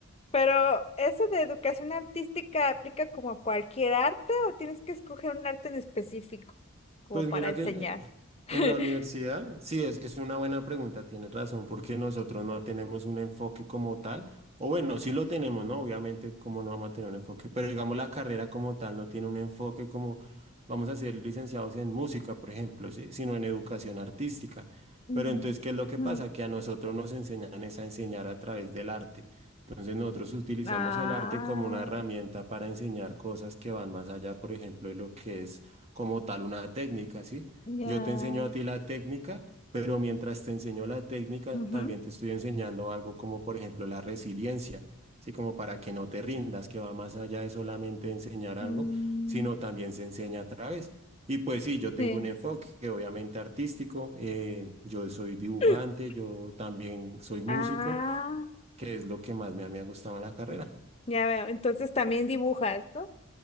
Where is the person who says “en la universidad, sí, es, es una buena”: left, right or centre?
Right